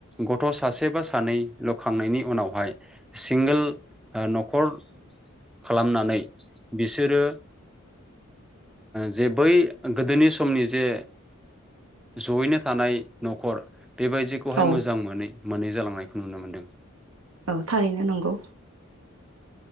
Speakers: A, in the centre; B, on the right (about 80°).
A: गथ' सासे बा सानैल'खांनायनि उनावहाय सिंगोल न'खर खालामनानै बिसोरो जे बै गोदोनि समनि जे जयैनो थानाय न'खर बेबायदिखौहाय
B: औ
A: मोजां मोनै मोननै जालांनायखौ नुनो मोनदों
B: औ थारैनो नंगौ